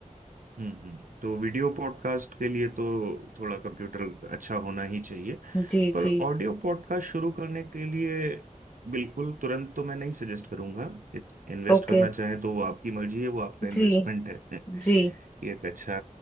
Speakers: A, on the right; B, on the left.
A: हम्म हम्म। तो वीडियो पॉडकास्ट के लिए तो थोड़ा कंप्यूटर अच्छा होना ही चाहिए
B: जी
A: पर
B: जी
A: ऑडियो पॉडकास्ट शुरू करने के लिए बिल्कुल तुरंत तो मैं नहीं सजेस्ट करूंगा इन्वेस्ट
B: ओके
A: करना चाहें तो वो आपकी मर्जी है वो आपका इन्वेस्टमेंट
B: जी
A: है <laughs> कि
B: जी
A: एक अच्छा